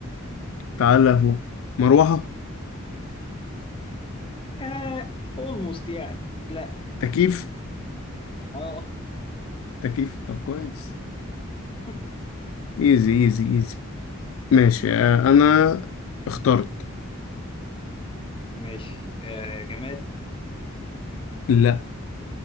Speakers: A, on the left; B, on the left.
A: بتتعلق فوق مروحة؟
B: آه أولموست يعني لا
A: تكييف؟
B: أه
A: تكييف طب كويس
B: <laughs>
A: إيزي إيزي إيزي ماشي آه أنا اخترت
B: ماشي آه جماد
A: لا